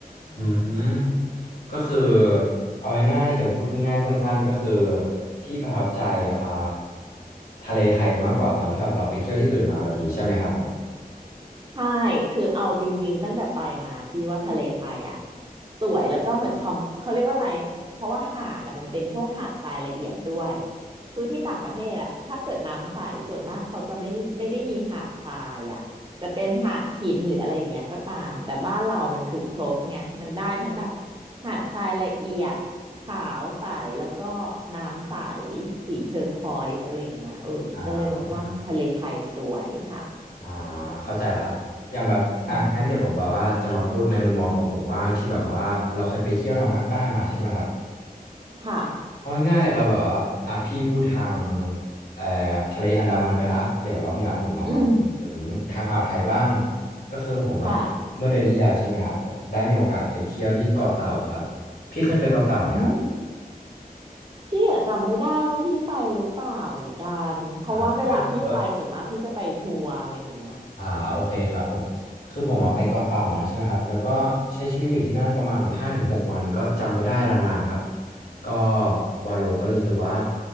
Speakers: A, on the right (about 30°); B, on the left (about 80°).
A: อืม
B: อืมก็คือเอาง่ายๆจะพูดง่ายๆสั้นๆก็คือพี่ประทับใจอ่าทะเลไทยมากกว่าตอนที่แบบเราไปเที่ยวที่อื่นมาแบบนี้ใช่ไหมครับผม
A: ใช่คือเอาจริงๆตั้งแต่ไปมาพี่ว่าทะเลไทยอ่ะสวยแล้วก็เหมือนคอมเขาเรียกว่าอะไรเพราะว่าหาดอ่ะมันเป็นพวกหาดทรายละเอียดด้วยคือที่ต่างประเทศอ่ะถ้าเกิดน้ำใสส่วนมากเขาจะไม่ไม่ได้มีหาดทรายอ่ะจะเป็นหาดหินหรืออะไรอย่างเงี้ยก็ตามแต่บ้านเรามันคือครบไงมันได้ทั้งแบบหาดทรายละเอียดขาวใสแล้วก็น้ำใสสีเทอร์ควอยซ์อะไรอย่างเงี้ยเออพี่ก็เลยแบบว่าทะเลไทยสวยค่ะ
B: อ่าโอเคครับอ่าเข้าใจแล้วครับอย่างแบบอ่ะงั้นเดี๋ยวผมแบบว่าจะมาพูดในมุมมองของผมบ้างที่แบบว่าเราเคยไปเที่ยวทางภาคใต้มาใช่ไหมครับ
A: อืมค่ะ
B: เอาง่ายๆเราแบบว่าอ่ะพี่พูดทางเอ่อทะเลอันดามันไปละเดี๋ยวรอบเนี้ยผมลองมาถึงทางอ่าวไทยบ้าง
A: อืม
B: ก็คือผมอะเมื่อเดือนที่แล้วใช่ไหมครับได้มีโอกาสไปเที่ยวที่เกาะเต่าครับ
A: ค่ะ
B: พี่เคยไปเกาะเต่าไหมครับ
A: อืมพี่อะจำไม่ได้ว่าพี่ไปหรือเปล่าเหมือนกันเพราะว่าเวลาพี่ไปส่วนมากพี่จะไปทัวร์อะไรอย่างเงี้ย
B: อ่าเที่ยวเยอะ อ่าโอเคครับผมคือผมอาไปเกาะเต่ามาใช่ไหมครับแล้วก็ใช้ชีวิตอยู่ที่นั่นประมาณแบบห้าถึงหกวันก็จำไม่ได้ลางๆครับก็วาโลก็รู้สึกว่า